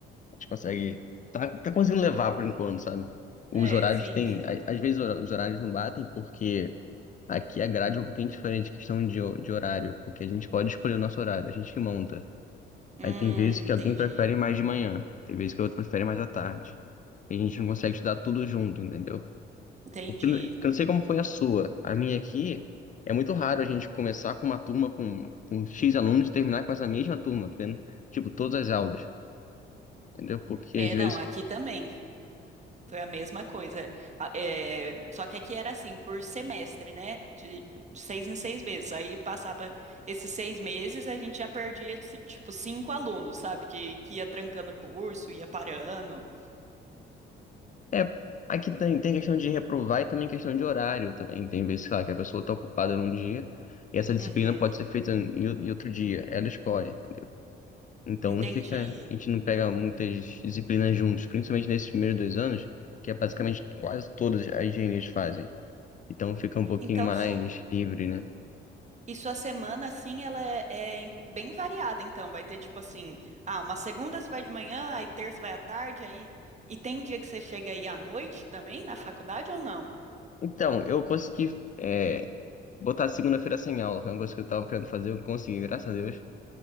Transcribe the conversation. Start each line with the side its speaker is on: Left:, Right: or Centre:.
Left: a gente consegue. Tá, tá conseguindo levar por enquanto, sabe? Os
Right: É,
Left: horários
Right: sim,
Left: tem.
Right: sim.
Left: a- Às vezes hora- os horários não batem porque aqui a grade é um pouquinho diferente, questão de, ho- de horário, porque a gente pode escolher o nosso horário, a gente que monta.
Right: Hum,
Left: Aí tem vezes que
Right: entendi.
Left: alguém prefere mais de manhã, tem vezes que o outro prefere mais à tarde. E a gente não consegue estudar tudo junto, entendeu?
Right: Entendi.
Left: Porque eu não sei como foi a sua. A minha aqui é muito raro a gente começar com uma turma com, com X alunos e terminar com essa mesma turma, tá vendo? Tipo, todas as aulas, entendeu? Porque
Right: É,
Left: às vezes.
Right: não, aqui também. Foi a mesma coisa. A- é, só que aqui era assim, por semestre, né? De, de seis em seis meses. Aí passava esses seis meses, a gente já perdia, ci- tipo, cinco alunos, sabe? Que, que ia trancando o curso, ia parando.
Left: É, aqui tem, tem questão de reprovar e também questão de horário também. Tem vezes, sei lá, que a pessoa está ocupada num dia e essa disciplina
Right: Uhum,
Left: pode ser feita em, o- em outro dia, ela escolhe. Então
Right: entendi.
Left: não fica, a gente não pega muitas disciplinas juntos, principalmente nesses primeiros dois anos, que é basicamente quase todas as engenharias fazem. Então fica um pouquinho
Right: Então,
Left: mais
Right: su,
Left: livre, né?
Right: e sua semana, assim, ela é, é em- bem variada, então. Vai ter, tipo assim, ah, uma segunda você vai de manhã, aí terça vai à tarde, aí... E tem dia que você chega aí à noite também, na faculdade ou não?
Left: Então, eu consegui é, botar segunda-feira sem aula. Foi uma coisa que eu tava querendo fazer, eu consegui, graças a Deus.